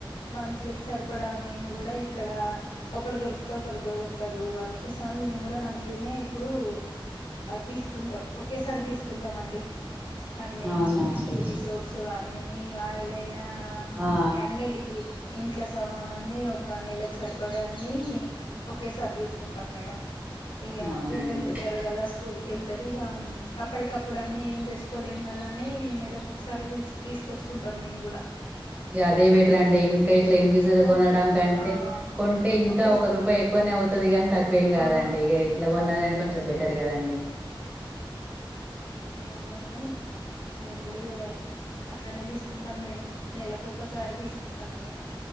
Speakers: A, on the left (about 65°); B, on the right (about 15°).
A: మంత్లికి సరిపడ మేము కూడ ఇక్కడ ఒకటి దొర్కుతే ఒకటి దొరకదు అందుకోసం అని మేము కూడా మంత్లీనే ఎప్పుడు ఆ తీస్కుంటాం ఒకేసారే తీస్కుంటామండి అన్ని
B: అవునా అండి
A: ఈ సూప్స్ గానీ ఆయిలైన
B: ఆ
A: అన్నిటికి ఇంట్ల సామానన్ని ఒక నెలకి సరిపడే అన్ని ఓకే సారి తీస్కుంటాం మేడం ఇగ
B: అవునా
A: పిల్లలు
B: అండి
A: ఉంటారు కదా స్కూల్ వెళ్తారు ఇగ అప్పటికప్పుడు అన్నీ ఏం తెచ్చుకోలేము కదా అని నెలకోక్సారి తీస్కొచ్చు కుంటాం మేము గుడ
B: ఇ అదే బెటరండి ఇంక ఇట్లా ఇన్విజువల్గ
A: ఓ
B: కొనడం కంటే
A: ఆ
B: కొంటే ఇంకా
A: ఒకేస
B: ఒక రూపయ్ ఎక్కువనే అవుతది కానీ తక్కువేం కాదండి
A: ఆ
B: ఇగ ఇట్లా కొన్నది
A: అవును
B: కాని కొంచెం బెటర్ కదండి
A: ఈ అదే అని మేము కూడ అట్లనే తీస్కుంటాం మేడం నెలకొక్కసారి తీస్కుంటాం ఇగ